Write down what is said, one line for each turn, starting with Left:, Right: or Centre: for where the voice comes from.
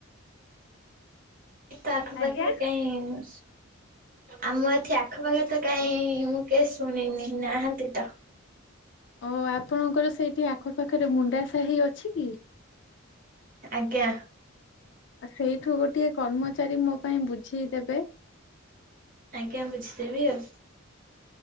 Right: ତ ଆଖ
Left: ଆଜ୍ଞା।
Right: ପାାଖରେ କାଇଁ ହୁସ୍। ଆମ ଏଥି ଆଖପାଖ ତ କାଇଁ ମୁଁ କେବେ ଶୁଣିନି ନାହାନ୍ତି ତ।
Left: ଓ ଆପଣଙ୍କର ସେଇଠି ଆଖପାଖରେ ମୁଣ୍ଡା ସାହି ଅଛି କି?
Right: ଆଜ୍ଞା।
Left: ସେଇଠୁ ଗୋଟିଏ କର୍ମଚାରୀ ମୋ ପାଇଁ ବୁଝି ଦେବେ।
Right: ଆଜ୍ଞା ବୁଝିଦେବି ଆଉ।